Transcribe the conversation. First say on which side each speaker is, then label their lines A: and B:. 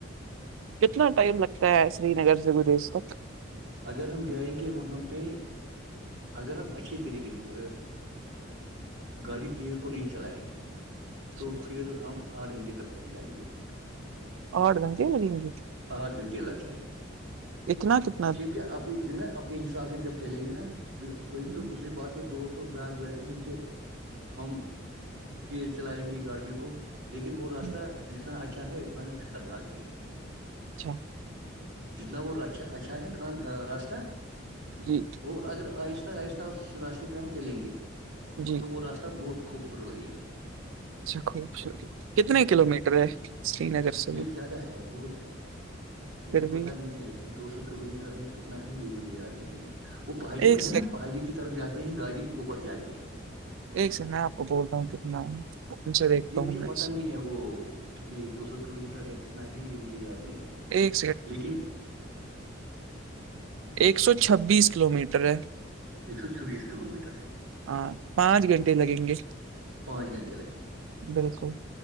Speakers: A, on the right; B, on the right.
A: کتنا ٹائم لگتا ہے سری نگر سے گریز تک
B: اگر ہم جائیں گے وہاں پہ اگر ہم اچھھی طریقے سے گاڑی تیز کو نہیں چلائیں گے
A: اچھا
B: تو پھر ہم آٹھ گھنٹے تک پہنچائیں گے وہاں پہ
A: آٹھ گھنٹے لگیں گے
B: آٹھ گھنٹے لگ جائیں گے
A: اتناتنا
B: کیونکہ اپنی نا اپنے حساب سے جب چلیں گے نا وہی
A: جی
B: تو دوسری بات ہے دو تو بگ بیتے ہیں کہ ہم تیز چلائیں گے گاڑی کو لیکن وہ
A: ہوں،
B: راستہ جتنا اچھا ہے اتنا بھی خطرناک بھی ہے
A: اچھا <unintelligible>
B: جتنا وہھا اچھا ہے خان راستہ
A: جی
B: اور اگر آہستہ آہستہ اس راشتے پہ ہم چلیں گے
A: جی
B: توور آتا بہت خوبصورت لگے گا
A: اچھا خوبصورت کتنے
B: ٹھیک ہے
A: کلو میٹر
B: کہ
A: ہے سری نگر سے
B: یہ
A: وہ
B: زیادہ ہے بہت ہے مجھے
A: پھر بھی
B: پتا نہیں ہے دو سو کلو میٹر ہے کتنا ہے یہ مجھے یاد نہیں ہے وہ پہاڑی
A: ایک
B: پہ
A: سیک
B: ہے نا پہاڑی کی طرف جا کے ہیں گاڑی اوپر جاتی ہے
A: ایک س میں آپ کو بولتا ہوں کتنا ان سے دیکھتا
B: یہ مجھے
A: ہوں میں
B: پتا نہیں ہے وہ کتنی دو سو کلو میٹر ہے کتنا ہے یہ مجھے یاد نہیں ہے
A: ایک
B: لیکن
A: ایک سو چبیس کلو میٹر ہے
B: ایک سو چوبیس کلو میٹر ہے
A: ہاں پانچ گھنٹے لگیں گے
B: پانچ گھنٹے لگیں گے
A: بالکل